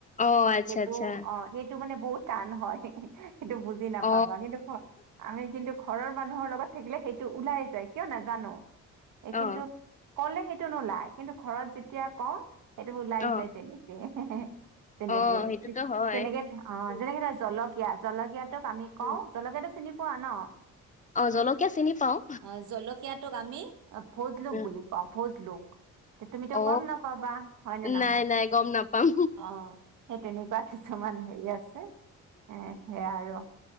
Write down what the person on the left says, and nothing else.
অ আচ্ছা
আচ্ছা
অ
অ
অ
অ সেইটোতো হয়
উম,
উম।
অ জলকীয়া চিনি পাওঁ
উম,
অ
নাই নাই গম নাপাম